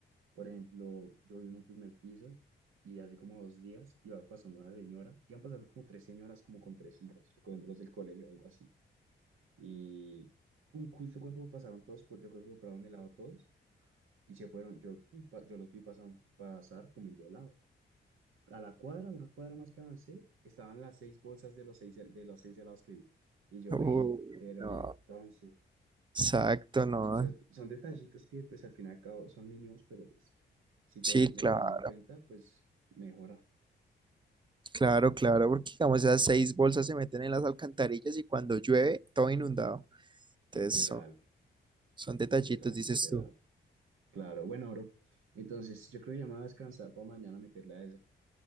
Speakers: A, on the right; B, on the right.
A: Por ejemplo, yo vivo en un primer piso y hace como dos días iba pasando una señora, iban pasando como tres señoras, como con tres hijos, recogiéndolos del colegio o algo así. Y pum, justo cuando pasaron todos, co- yo creo que compraron helado todos y se fueron. Yo, pum, pa- yo los vi pasan- pasar comiendo helado. A la cuadra, una cuadra más que avancé, estaban las seis bolsas de los seis, hel- de los seis helados que vi. Y yo,
B: Uy,
A: eh, pero
B: no,
A: y entonces.
B: exacto, no.
A: O sea, son detallitos que pues al fin y al cabo son mínimos, pero pues si todo
B: Sí,
A: el mundo
B: claro.
A: lo tiene en cuenta, pues mejora.
B: Claro, claro, porque digamos esas seis bolsas se meten en las alcantarillas y cuando llueve todo inundado. Entonces
A: Literal,
B: son, son detallitos,
A: literal,
B: dices
A: literal.
B: tú.
A: Claro, bueno, bro. Entonces yo creo que ya me voy a descansar para mañana meterle a eso.